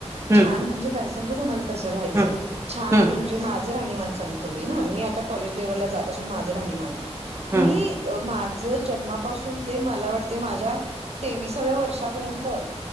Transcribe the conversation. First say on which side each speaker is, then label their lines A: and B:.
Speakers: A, on the right; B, on the right.
A: हम्म
B: छान म्हणजे काय सांगू तुम्हाला कसं राहायचं?
A: हम्म
B: छान
A: हम्म
B: म्हणजे माझं राहणीमान सांग तो मी हा, मी आता कॉलेज लेवलला जात असून माझ राहणीमान
A: हम्म
B: मी माझ जन्मापासून ते मला वाटते माझ्या तेवीसाव्या वर्षापर्यंत